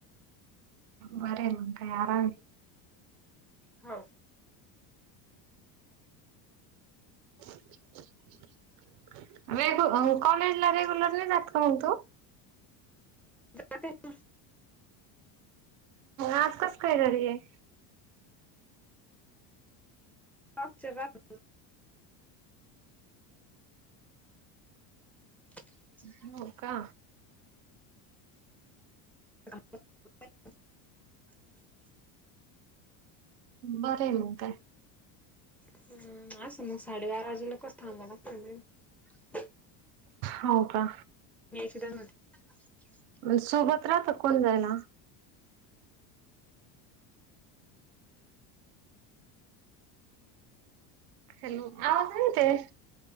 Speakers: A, on the right; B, in the centre.
A: बरं मग काय आराम आहे.
B: हो.
A: <unintelligible> <unintelligible> अं हो कॉलेज ला रेगुलर नाही जात का मग तू?
B: जाते ना.
A: आज कसं काय घरी ये?
B: मगचे रातात. <unintelligible>
A: हो का?
B: <unintelligible>
A: बरे मग काय?
B: ह. असं मग साडेबारा वाजेला कस थांबला लगत.
A: हो का?
B: <unintelligible>
A: सोबत रात कोन जायला? हॅलो! आवाज नाई येत.